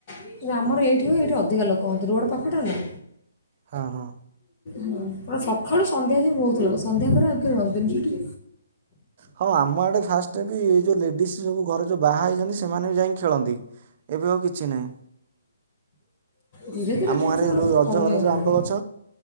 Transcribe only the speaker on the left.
କି ଆମର ଏଇଠି ହଏ ଏଇଠି ଅଧିକା ଲୋକ ହୁଅନ୍ତି ରୋଡ଼ ପାଖଟା ନା।
ହୁଁ ପୁରା ସକାଳୁ ରୁ ସନ୍ଧ୍ୟା ଯାଏ ବହୁତ ଲୋକ। ସନ୍ଧ୍ୟା ପରେ ଆଉ କେବେ ରହନ୍ତି ସେଠି।
ଧୀରେ ଧୀରେ
ଜିନିଷ
ଗୁଡ଼ା
ସବୁ
କମିଗଲାଣି